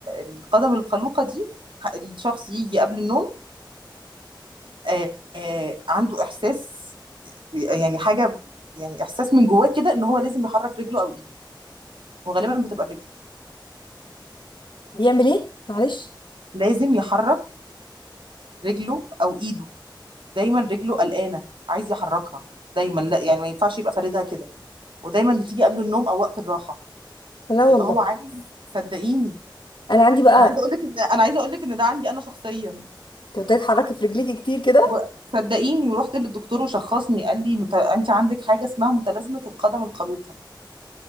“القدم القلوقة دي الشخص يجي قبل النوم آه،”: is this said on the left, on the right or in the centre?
Right